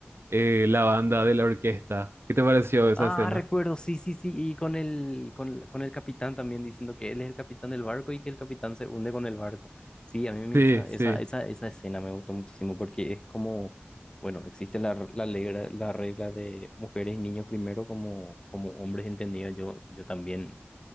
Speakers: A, on the right; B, on the left.
A: eh, la banda de la orquesta? ¿Qué te pareció esa
B: Ah,
A: escena?
B: recuerdo, sí, sí, sí, y con el, con, con el capitán también diciendo que él es el capitán del barco y que el capitán se hunde con el barco. Sí, a mí me-
A: Sí,
B: esa, esa,
A: sí,
B: esa, esa escena me gustó muchísimo porque es como, bueno, existe la, la, regla, la regla de mujeres y niños primero como, como hombres entendidos. Yo, yo también